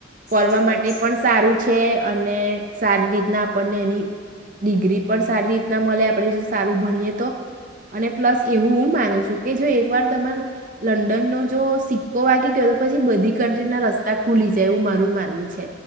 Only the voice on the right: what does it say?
ફરવા
માટે
પણ સારું છે અને સારી રીતના આપણને એની ડિગ્રી પણ સારી રીતના મળે આપણે જો સારું ભણીએ તો અને પ્લસ એવું હું માનું છું કે જો એક વાર તમાર લંડનનો જો સિક્કો વાગી ગયો તો પછી બધી કન્ટ્રી ના રસ્તા ખુલી જાય એવું મારું માનવું છે